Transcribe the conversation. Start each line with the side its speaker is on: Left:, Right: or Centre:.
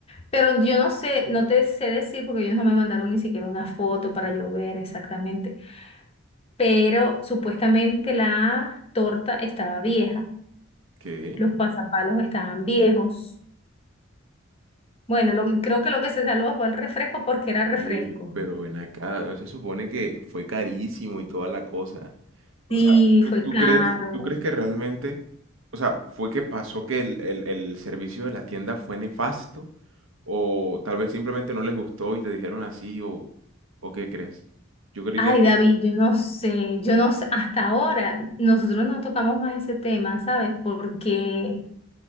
Left: pero yo no sé, no te sé decir porque ellos no me mandaron ni siquiera una foto para yo ver exactamente, pero supuestamente la torta estaba vieja,
Right: ¿Qué?
Left: los pasapalos estaban viejos. Bueno, lo que- creo que lo que se salvó fue el refresco porque era refresco.
Right: Oye, pero ven acá, ¿no se supone que fue carísimo y toda la cosa? O
Left: Sí,
Right: sea, ¿tú,
Left: fue
Right: tú
Left: caro.
Right: crees, tú crees que realmente, o sea, fue que pasó que el, el- el servicio de la tienda fue nefasto? ¿O tal vez simplemente no les gustó y te dijeron así? ¿O, o qué crees? Yo creería
Left: Ay,
Right: que
Left: David, yo no sé, yo no sé, hasta ahora nosotros no tocamos más ese tema, ¿sabes? Porque